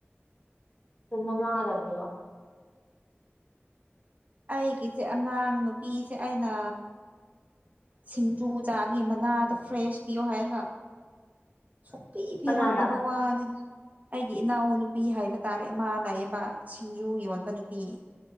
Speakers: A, on the left; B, on the right.
A: ꯊꯃ ꯃꯥꯡꯉ ꯂꯅꯤ ꯋꯥ
B: ꯑꯩꯒꯤꯁꯦ ꯑꯉꯥꯡ ꯅꯨꯄꯤꯁꯦ ꯑꯩꯅ ꯁꯤꯡꯖꯨ ꯆꯥꯕꯒꯤ ꯃꯅꯥꯗꯣ ꯐ꯭ꯔꯦꯁ ꯄꯤꯌꯣ ꯍꯥꯏꯔꯒ ꯁꯨꯡ ꯄ ꯄꯤꯔꯛꯇꯕ
A: ꯀꯅꯥꯗ
B: ꯋꯥꯅꯤꯗ ꯑꯩꯒꯤ ꯏꯅꯥꯎ ꯅꯨꯄꯤ ꯍꯥꯏꯕ ꯇꯥꯔꯦꯃ ꯂꯌꯦꯕ ꯁꯤꯡꯖꯨ ꯌꯣꯟꯕ ꯅꯨꯄꯤ